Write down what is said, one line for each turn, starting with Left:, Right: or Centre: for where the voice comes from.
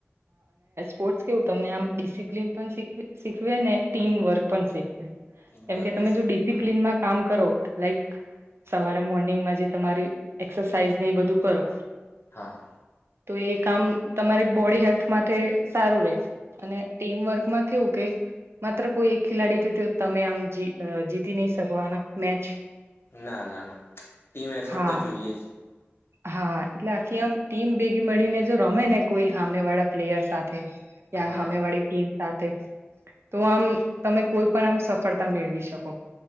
Right: સ્પોર્ટ કેવું તમને આમ ડિસિપ્લીન પણ શીખવે ને ટીમવર્ક પણ શીખવે
Left: ટીમવર્ક
Right: કેમ કે
Left: ડિસિપ્લિન
Right: તમે જો ડિસિપ્લનમાં
Left: હા
Right: કામ કરો લાઈક સવારે મોર્નિંગમાં જે તમારી એક્સરસાઇઝ ને બધું કરો
Left: હા
Right: તો એ કામ તમારી બોડી હેલ્થ માટે સારું રહેે અને ટીમવર્કમાં કેવું કે માત્ર કોઈ એક ખેલાડી તમે આમ જીતી નહી શકવાના મેચ
Left: ના ના ના ટીમ એફર્ટ
Right: હા
Left: તો જોઈએ જ
Right: હા એટલે આખી આમ ટીમ ભેગી મળીને જો રમે ને કોઈ હામે વાળા પ્લેયર સાથે યાર
Left: હા
Right: હામે વાડી ટીમ સાથે તો આમ તમે કોઈ પણ આમ સફળતા મેળવી શકો